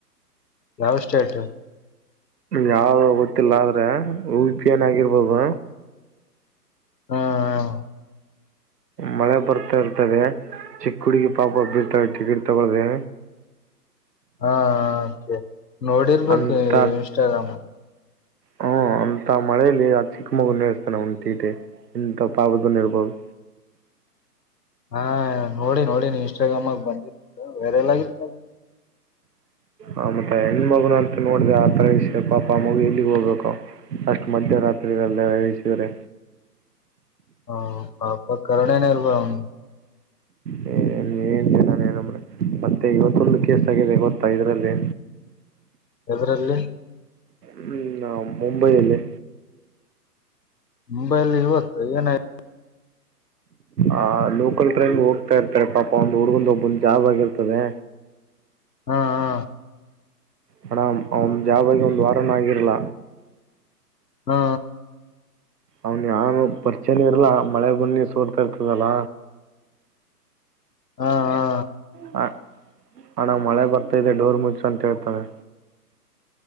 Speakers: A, on the left; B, on the right.
A: ನಾವು ಸ್ಟೇಟ್
B: ಯಾವ್ದ ಗೊತ್ತಿಲ್ಲ ಆದ್ರೆ ಉಪಿ ಏನ ಆಗಿರ್ಬೋದು
A: ಹಾ ಹ
B: ಮಳೆ ಬರ್ತಾ ಇರ್ತದೆ ಚಿಕ್ಕ ಹುಡಗ ಪಾಪ ಬಿರ್ತಾರೆ ಟಿಕೆಟ್ ತಗೊಳ್ಳ್ದ
A: ಹಾೆ ನೋಡಿರ್ಬೇಕು
B: ಅಂತ
A: ಇನ್ಸ್ಟಾಗ್ರಾಮ್ಲ್ಲಿ
B: ಹ್ಮ ಅಂತ ಮಳೇಲಿ ಆ ಚಿಕ್ಕ ಮಗುನ್ ನಿಸ್ತಾನ ಉಂಟಿಟಿ ಇಂಂತ ಪಾಪದನ್ ಇರ್ಬಹುದು
A: ಹಾ ನೋಡಿ ನೋಡಿ ಇನ್ಸ್ಟಾಗ್ರಾಮಾಗ ಬಂದಿ ವೇರೆಲ್ಲಾಗಿತ್ತು
B: ಆ ಮತ್ತ ಹೆಣ ಮಗುನು ಅಂತ ನೋಡಿದೆ ಆ ತರ ವಿಷಯ ಪಾಪ ಆ ಮಗು ಎಲ್ಲಿಗ್ ಹೋಗ್ಬೇಕ ಅಷ್ಟು ಮಧ್ಯರಾತ್ರಿಗಳಲ್ಲ ವಹಿಸಿದ್ರೆ
A: ಹ ಪಾಪ ಕರುಣೆನ ಇರ್ಬ ಅವ್ಿಗೆ
B: ಹಏ ನೀ ನಮ್ಮ ಮತ್ತೆ ಇವತ್ತೊಂದು ಕೇಸ್ ಆಗಿದೆ ಗತ್ತ ಇದ್ರಲ್ಲಿ
A: ಇದರಲ್ಲಿ
B: ಹ್ಮ್ ನಾ ಮುಂಬೈಯಲ್ಲಿ
A: ಮುಂಬೈಲ್ಲಿ ಇವತ್ತು ಏನಾಯತು
B: ಆ ಲೋಕಲ್ ಟ್ರೈನ್ ಹೋಗ್ತಾ ಇರ್ತಾರೆ ಪಾಪ ಒಂದು ಹುಡ್ಗಂದ ಒಬ್ಬೊಂದ ಜಾಬ್ ಆಗಿರ್ತದೆ
A: ಹ್ಮ ಹಾ
B: ಮೇಡಮ್ ಅವನ ಜಾಬ್ಗ ಒಂದು ವಾರನ ಆಗಿರ್ಲ
A: ಹಾ
B: ಅವನ್ ಯಾರು ಪರಿಚಯ ಇರಲ್ಲಾ ಮಳೆ ಬನ್ನಿ ಸೋಲ್ತಾ ಇರ್ತದಲ್ಲ
A: ಹಾ ಹ
B: ಹ ಹಣ ಮಳೆ ಬರ್ತಾ ಇದೆ ಡೋರ್ ಮುಚ್ಚು ಅಂತ ಹೇಳ್ತಾನೆ